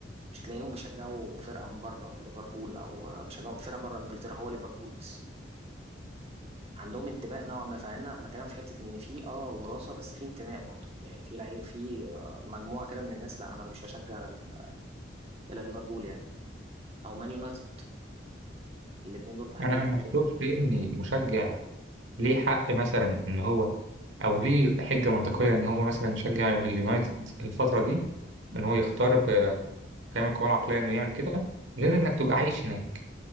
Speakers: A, on the right (about 35°); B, on the right (about 80°).
A: مش هتلاقيهم بيشجعوا فرقة من بره ليفربول او آه، بيشجعوا فرقة بره انجلترا هو ليفربول بس عندهم انتماء نوعا ما فانا بكلمك في حته ان في اه وراثه بس في انتماء برضه يعني في لعيب في آه، مجموعه كده من الناس لا انا مش هشجع ال- الا ليفربول يعني او مان يونايتد الاثنين دول تحديدا
B: أنا ما
A: يعني
B: بشوفش إن مشجع ليه حق مثلا إن هو أو ليه حجة منطقية إن هو مثلا يشجع اليونايتد الفترة دي إن هو يختار بكامل قواه العقلية إنه يعمل كده غير إنك تبقى عايش هناك.